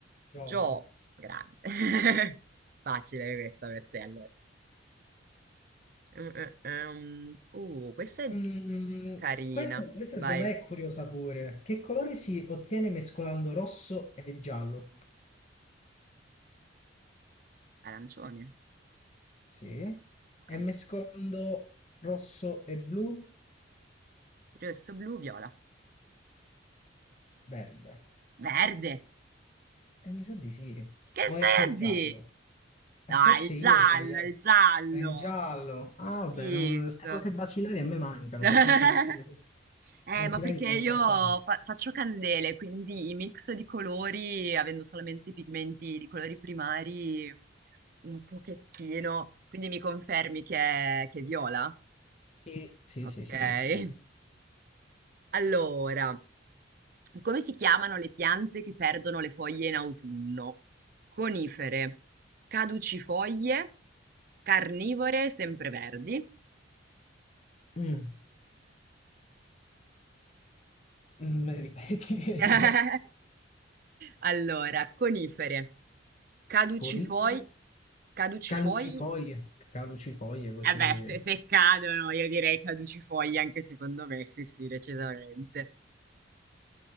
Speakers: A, on the left; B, on the right.
A: Giove.
B: Gio, grande. <laughs> Facile questa per te, allora. Mm, mm, mm. Uh, questa è
A: Mm,
B: carina.
A: questa, questa
B: Vai,
A: secondo me è curiosa pure. Che colore si ottiene mescolando rosso e giallo?
B: arancione.
A: Sì.
B: Ok.
A: E mescolando rosso e blu?
B: Rosso, blu, viola.
A: Verde.
B: Verde!
A: E mi sa di sì.
B: Che
A: O è
B: vedi?
A: col giallo? E
B: No,
A: forse
B: è il giallo,
A: io ho sbagliato.
B: è il giallo.
A: È il giallo. Ah, vabbè,
B: Visto.
A: queste cose basilari a me mancano,
B: <laughs>
A: per dirti a me che le cose
B: Eh,
A: basilari
B: ma perché
A: mancano
B: io
A: tanto.
B: fa- faccio candele, quindi i mix di colori, avendo solamente pigmenti di colori primari, un pochettino. Quindi mi confermi che è, che è viola?
A: Sì, sì,
B: Ok.
A: sì, sì,
B: <laughs>
A: mi sa di sì.
B: Allora, come si chiamano le piante che perdono le foglie in autunno? Conifere, caducifoglie, carnivore, sempreverdi.
A: Mm, mm, <laughs> me li ripeti <laughs> che
B: <laughs>
A: non ho capito.
B: Allora, conifere, caducifoglie,
A: Colicere?
B: caducifoglie.
A: Calucifoglie, calucifoglie così.
B: Eh beh, se, se cadono, io direi caducifoglie anche secondo me, sì, sì, decisamente.